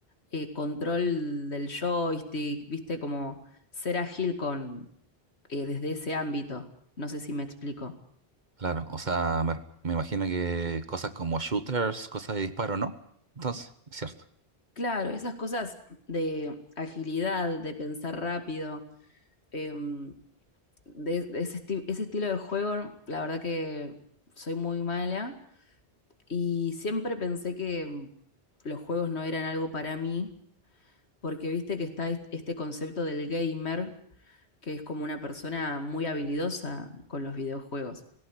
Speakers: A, on the left (about 85°); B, on the right (about 45°).
A: eh, control del joystick, viste, como ser ágil con eh, desde ese ámbito. No sé si me explico.
B: claro, o sea, me, me imagino que cosas como shooters, cosas de disparo, ¿no? Entonces, es cierto.
A: Claro, esas cosas de agilidad, de pensar rápido. em, de, de ese, esti- ese estilo de juego, la verdad que soy muy mala y siempre pensé que mm, los juegos no eran algo para mí, porque viste que está est- este concepto del gamer, que es como una persona muy habilidosa con los videojuegos.